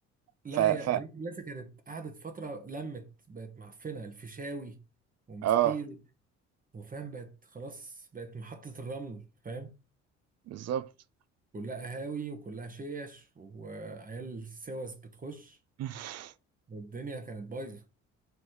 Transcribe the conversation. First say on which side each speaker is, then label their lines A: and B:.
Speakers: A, on the right; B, on the right.
A: لا
B: ف ف
A: هي جرين بلازا كانت قعدت فتره لمت بقت معفنه الفيشاوي وماسبيرو
B: اه
A: وفاهم بقت خلاص بقت محطه الرمل فاهم
B: بالظبط
A: كلها قهاوي وكلها شيش وعيال سوس بتخش
B: <laughs>
A: والدنيا كانت بايظه